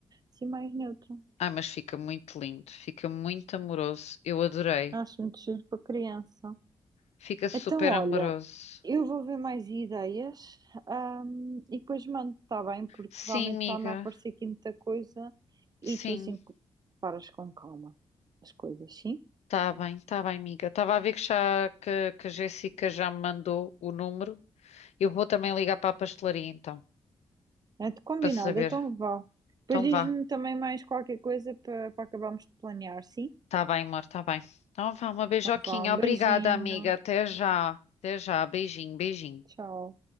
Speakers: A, on the right; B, on the left.
A: assim mais neutro.
B: Ah, mas fica muito lindo, fica muito amoroso, eu adorei.
A: Acho muito giro para criança.
B: Fica super
A: Então, olha,
B: amoroso.
A: eu vou ver mais ideias, ahm, e depois mando, está bem? Porque
B: Sim,
A: realmente
B: amiga,
A: está-me a aparecer aqui muita coisa e
B: sim,
A: tu assim paras com calma as coisas, sim?
B: tá bem, tá bem, amiga. Estava a ver que, já, que, que a Jéssica já me mandou o número. Eu vou também ligar para a pastelaria então,
A: É de combinado,
B: para saber.
A: então vá. Depois
B: Então
A: diz-me
B: vá.
A: também mais qualquer coisa para para acabarmos de planear, sim?
B: Tá bem, amor, tá bem. Então vá, uma beijoquinha.
A: Então, vá, um
B: Obrigada,
A: beijinho.
B: amiga. Até já. Até já. Beijinho, beijinho.
A: Tchau.